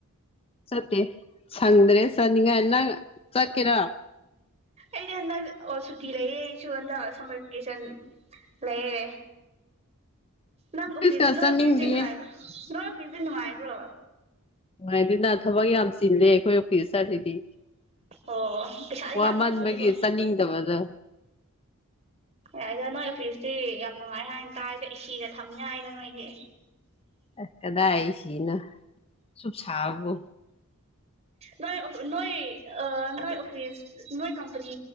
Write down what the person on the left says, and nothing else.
ꯆꯠꯇꯦ ꯁꯪꯗ꯭ꯔꯦ ꯆꯠꯅꯤꯡꯉꯥꯏ ꯅꯪ ꯆꯠꯀꯦꯔꯥ
ꯑꯣꯐꯤꯁꯀ
ꯆꯠꯅꯤꯡꯗꯦ
ꯅꯨꯡꯉꯥꯏ ꯑꯗꯨꯅ ꯊꯕꯛ ꯌꯥꯝ ꯆꯤꯂꯦ ꯑꯩꯈꯣꯏ ꯄ ꯁꯥꯔꯗꯤ
ꯋꯥꯃꯟꯕꯒꯤ
ꯆꯥꯅꯤꯡꯗꯕꯗꯣ
ꯑꯁ ꯀꯗꯥꯏ ꯁꯤꯅꯣ ꯁꯨ ꯁꯥꯕꯣ